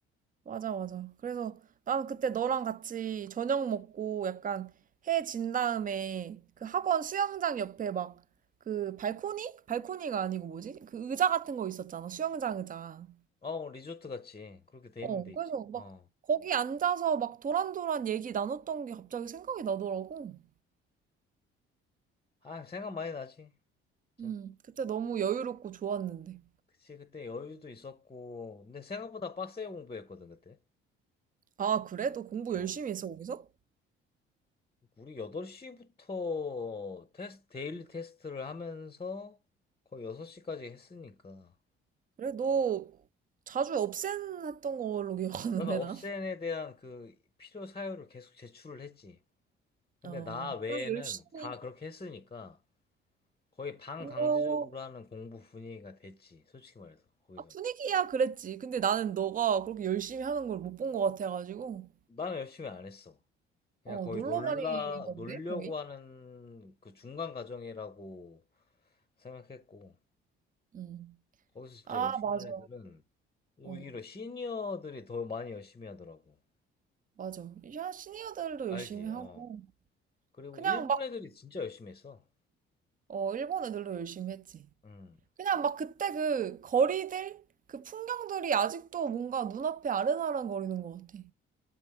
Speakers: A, on the right; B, on the left.
A: 맞아 맞아. 그래서 나는 그때 너랑 같이 저녁 먹고 약간 해진 다음에 그 학원 수영장 옆에 막 그 발코니? 발코니가 아니고 뭐지? 그 의자 같은 거 있었잖아. 수영장 의자.
B: 어, 리조트 같이 그렇게 돼
A: 어,
B: 있는 데 있지.
A: 그래서
B: 어.
A: 막 거기 앉아서 막 도란도란 얘기 나눴던 게 갑자기 생각이 나더라고.
B: 아, 생각 많이 나지. 자,
A: 음, 그때 너무 여유롭고 좋았는데.
B: 그치, 그때 여유도 있었고. 근데 생각보다 빡세게 공부했거든, 그때.
A: 아, 그래? 너 공부
B: 어.
A: 열심히 했어, 거기서?
B: 우리 8시부터 테스트, 데일리 테스트를 하면서 거의 6시까지 했으니까.
A: 그래, 너 자주 업센했던 걸로 기억하는데,
B: 그러면 업센에
A: 난?
B: 대한 그 필요 사유를 계속 제출을 했지. 근데
A: 어,
B: 나 외에는
A: 나 열심히
B: 다 그렇게 했으니까 거의 반강제적으로
A: 한 거,
B: 하는 공부 분위기가 됐지. 솔직히 말해서 거기서.
A: 아, 분위기야, 그랬지. 근데 나는 너가 그렇게 열심히 하는 걸 못 본 것 같아가지고.
B: 나는 열심히 안 했어. 그냥
A: 어,
B: 거의
A: 놀러
B: 놀라
A: 다니는 건데,
B: 놀려고
A: 거기?
B: 하는 그 중간 과정이라고 생각했고
A: 음.
B: 거기서 진짜
A: 아,
B: 열심히
A: 맞아.
B: 하는 애들은 오히려
A: 어,
B: 시니어들이 더 많이 열심히 하더라고.
A: 맞아. 야, 시니어들도
B: 알지?
A: 열심히 하고.
B: 어. 그리고
A: 그냥
B: 일본 애들이 진짜 열심히 했어.
A: 어, 일본애들도 열심히 했지.
B: 음.
A: 그냥 막 그때 그 거리들, 그 풍경들이 아직도 뭔가 눈앞에 아른아른 거리는 것 같아.